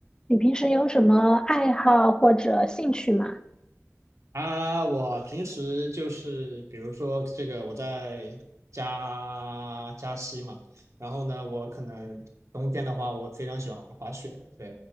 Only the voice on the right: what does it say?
啊，我平时就是比如说这个我在加加西嘛，然后呢，我可能冬天的话，我非常喜欢滑雪，对，